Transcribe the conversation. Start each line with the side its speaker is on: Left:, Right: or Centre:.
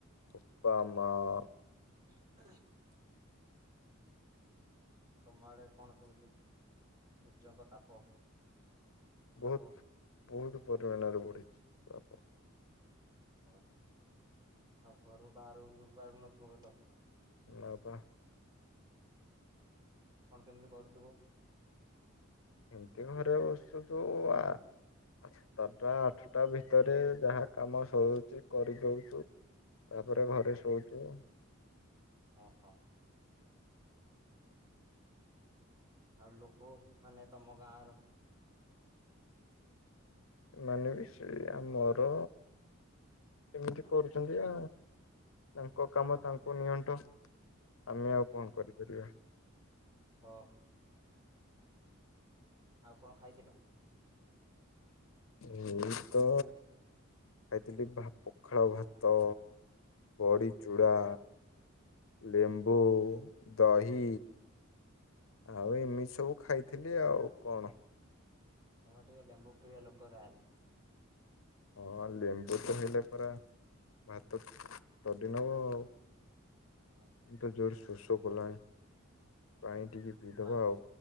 Left: ବୋପା ମାଆ
Right: <inaudible> ତମ ଆଡେ କଣ କେମିତି <inaudible> ସୂର୍ଯ୍ୟଙ୍କ ତାପ? ତାପ
Left: ବହୁତ ବହୁତ ପରିମାଣରେ ବଢ଼ିଛି ତାପ।
Right: ହଉ ଆଉ ଘରୁ ବାହାରୁ ପାରୁନଥିବ ତ।
Left: ନା ପା।
Right: କଣ କେମିତି କରୁଥୁବୁ?
Left: ଏମିତି ଘରେ ବସୁଛୁ ତୁ ଆ, ସାତଟା ଆଠଟା ଭିତରେ ଯାହା କାମ ସରୁ ଚେକ୍ କରିଦଉଛୁ ତାପରେ ଘରେ
Right: ହଁ
Left: ଶୋଉଚୁ।
Right: ଓହୋ ଆଉ ଲୋକମାନେ ତୋମ ଗାଁର
Left: ଏମାନେ ବି ସେଇ ଆମର ଏମିତି କରୁଚନ୍ତି ଆ, ତାଙ୍କ କାମ ତାଙ୍କୁ ନିଅଣ୍ଟ। ଆମେ ଆଉ କଣ
Right: ଓ
Left: କରିପାରିବା।
Right: ଓହୋ ଆଉ କଣ ଖାଇଥିଲ?
Left: ଏଇ ତ ଖାଇଥିଲି ଭା- ପଖାଳ ଭାତ, ବଡ଼ି ଚୂଡ଼ା ଲେମ୍ବୁ ଦହି ଆଉ ଏମିତି ସବୁ ଖାଇଥିଲି ଆଉ କଣ।
Right: ତୋମେ ଟିକେ ଲେମ୍ବୁ ପ୍ରିୟ ଲୋକ ତାହେଲେ।
Left: ହଁ ଲେମ୍ବୁ ତ ହେଲେ ପରା ଭାତ ତଡି ନବ ଆଉ।
Right: ଓହୋ।
Left: ତ ଜୋର ଶୋଷ କଲାଣି। ପାଣି ଟିକେ ପିଇଦବା
Right: ପା
Left: ଆଉ